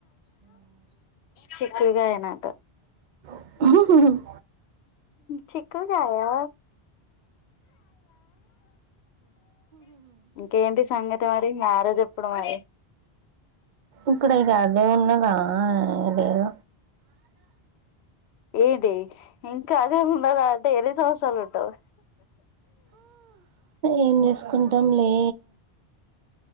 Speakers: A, on the left; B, on the right.
A: చక్గాయనాటా
B: ఉమ్
A: చకుకుగాయా ఇంకేంటి సంగతే మరి మ్యారేజ్ అప్పుడయ
B: ఇక్కడ ఇకా అదే ఉన్నదా లేదేద
A: ఏడేం అదే ఉన్నదా డైలీ సంస్ చాల ఉంటవు
B: ఏం చేసుకుంట కుటంలే